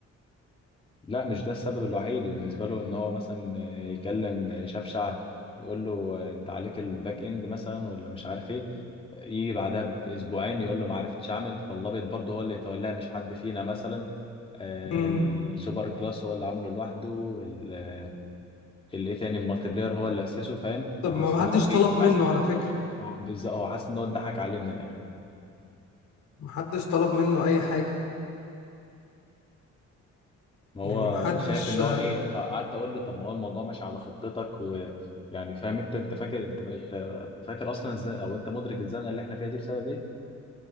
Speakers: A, on the left (about 20°); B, on the left (about 70°).
A: لا مش ده السبب الوحيد وبالنسبة له إن هو مثلا يكلم شفشع يقول له أنت عليك الباك إند مثلا ولا مش عارف إيه يجي بعدها بأسبوعين يقول له ما عرفتش أعمل فاللابط برضه هو اللي يتولاها مش حد فينا مثلا آه،
B: مم.
A: السوبر كلاس هو اللي عمله لوحده ال- آه، الايه تاني المالتي بلاير هو اللي أسسه فاهم
B: طب
A: فحاسس
B: ما
A: إن
B: حدش
A: هو
B: طلب
A: إيه حاسس
B: منه على فكره
A: هو بالظبط هو حاسس إن هو اتضحك عليه من الآخر
B: محدش طلب منه اي حاجه
A: ما
B: يعني
A: هو
B: محدش
A: شايف ان هو ايه فقعدت اقول له طب ما هو الموضوع ماشي على خطتك ويعني فاهم انت انت فاكر انت انت فاكر اصلا ازاي او انت مدرك الزنقه اللي احنا فيها دي بسبب ايه